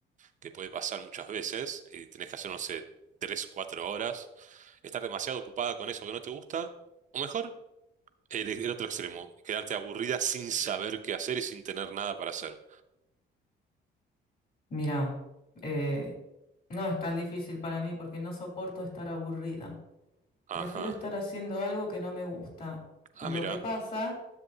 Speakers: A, on the right; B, on the left.
A: que puede pasar muchas veces, y tenés que hacer, no sé, tres, cuatro horas? ¿Estar demasiado ocupada con eso que no te gusta? O mejor, el, el otro extremo, quedarte aburrida sin saber qué hacer y sin tener nada para hacer.
B: Mira, eh, no es tan difícil para mí porque no soporto estar aburrida. Prefiero
A: Ajá.
B: estar haciendo algo que no me gusta.
A: Ah,
B: Lo
A: mira.
B: que pasa